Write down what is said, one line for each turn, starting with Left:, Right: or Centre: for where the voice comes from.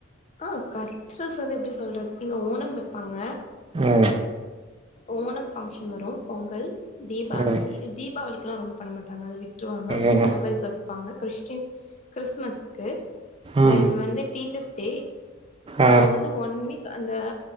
Left: ஆ கல்ச்சுரல்ஸ் வந்து எப்டி சொல்றது இங்க ஓணம் வெப்பாங்க
Right: ம்
Left: ஓணம் பங்க்ஷன் வரு பொங்கல் தீபாவளி
Right: ம்
Left: தீபாவளிக்லா ரொம்ப பண்ண மாட்டாங்க அத வி ட்ருவாங்க
Right: ம்
Left: பொங்கல்க்கு வப்பாங்க கிறிஸ்டின் கிறிஸ்மஸ் க்கு
Right: ம்
Left: தென் வந்து டீச்சர்ஸ் டே
Right: ஆ
Left: அப்றோ வந்து ஒன் வீக் அந்த